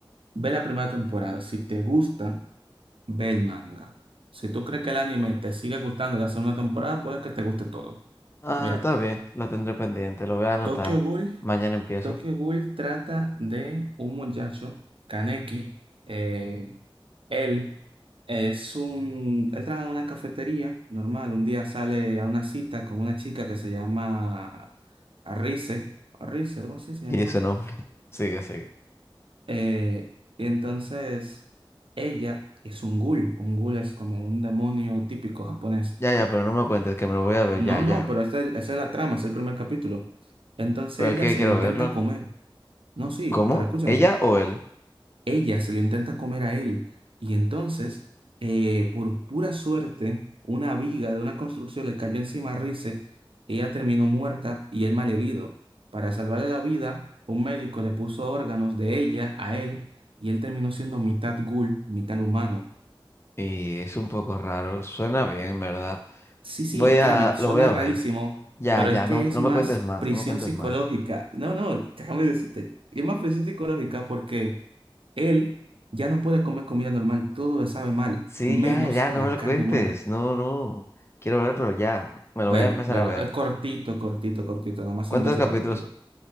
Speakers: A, on the right; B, on the left.
A: Ve la primera temporada, si te gusta. Ve el manga. Si tú crees que el anime te sigue gustando la segunda temporada, puede que te guste todo.
B: Ah,
A: Mira,
B: está bien, lo tendré pendiente, lo voy a anotar.
A: Tokyo Ghoul,
B: Mañana empiezo.
A: Tokyo Ghoul trata de un muchacho, Kaneki. eh, él es un, él trabaja en una cafetería normal. Un día sale a una cita con una chica que se llama Arise, Arise, algo
B: <laughs>
A: así se llamaba.
B: Y ese nombre. <laughs> Sigue, sigue.
A: Eh, y entonces ella es un ghoul. Un ghoul es como un demonio típico japonés
B: Ya, ya, pero no me cuentes que me lo voy a ver,
A: No,
B: ya, ya.
A: no, pero esta es, esa es la trama, es el primer capítulo. Entonces
B: Pero
A: ella
B: es que
A: se
B: quiero
A: lo intenta
B: verlo.
A: comer. No, sí,
B: ¿Cómo?
A: pero escúchame,
B: ¿Ella o él?
A: ella se lo intenta comer a él. Y entonces, eh, por pura suerte, una viga de una construcción le cayó encima a Rice. Ella terminó muerta y él malherido. Para salvarle la vida, un médico le puso órganos de ella a él y él terminó siendo mitad ghoul, mitad humano.
B: Y es un poco raro, suena bien, ¿verdad?
A: Sí, sí,
B: Voy
A: créeme,
B: a,
A: suena
B: lo voy a
A: rarísimo,
B: ver. Ya,
A: pero
B: ya,
A: es que
B: no,
A: es
B: no
A: más
B: me cuentes más,
A: prisión
B: no me cuentes
A: psicológica.
B: más.
A: No, no, déjame decirte, es más prisión psicológica porque él ya no puede comer comida normal, todo le sabe mal,
B: Sí,
A: menos
B: ya, ya, no
A: la
B: me lo
A: carne
B: cuentes,
A: humana.
B: no, no. Quiero verlo, ya, me
A: Velo,
B: lo voy a empezar
A: velo,
B: a ver.
A: es cortito, cortito, cortito, nada más
B: ¿Cuántos
A: son 12
B: capítulos?
A: capítulos.